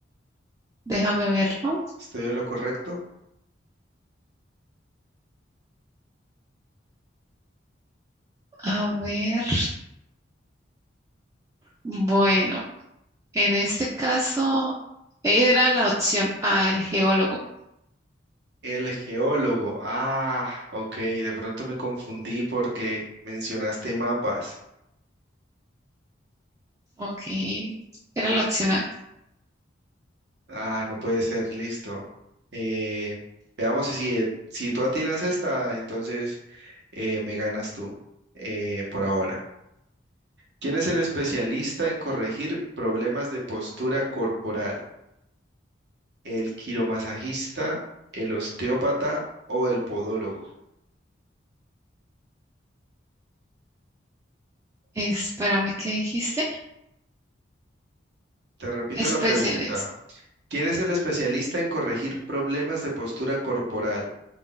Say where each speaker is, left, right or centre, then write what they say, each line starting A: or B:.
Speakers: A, on the right; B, on the right.
A: déjame verlo.
B: ¿Estoy en lo correcto?
A: A ver, bueno, en este caso era la opción A, el geólogo.
B: El geólogo. Ah, ok, de pronto me confundí porque mencionaste mapas.
A: Ok, era la opción A.
B: Ah, no puede ser, listo. Eh, veamos si, si tú atinas esta, entonces eh, me ganas tú eh, por ahora. ¿Quién es el especialista en corregir problemas de postura corporal? el quiromasajista, el osteópata o el podólogo.
A: Espérame, ¿qué dijiste?
B: Te repito
A: Especialista.
B: la pregunta. ¿Quién es el especialista en corregir problemas de postura corporal?